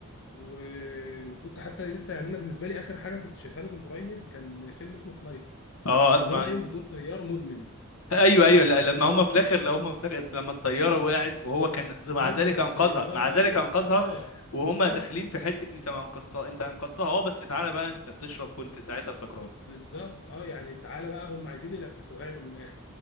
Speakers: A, on the left; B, on the left.
A: و... وكنت حتى لسه يعني انا بالنسبه لي اخر حاجه كنت شايفها له من قريب كان فيلم اسمه فلايت
B: اه
A: كان
B: اسمع
A: هو
B: عنه
A: قايم بدور طيار مدمن
B: ايوه ايوه لا
A: مدمن
B: لما هم في الاخر لو هم في الاخر لما الطياره وقعت وهو كان مع
A: انقذ
B: ذلك انقذها
A: الطياره
B: مع ذلك
A: و...
B: انقذها
A: اه
B: وهم
A: بالظبط
B: داخلين في حته انت ما انقذتها انت انقذتها اه بس تعالى بقى انت بتشرب كنت ساعتها سكران
A: بالظبط اه يعني تعالى بقى هم عايزين يلبسوها له من الاخر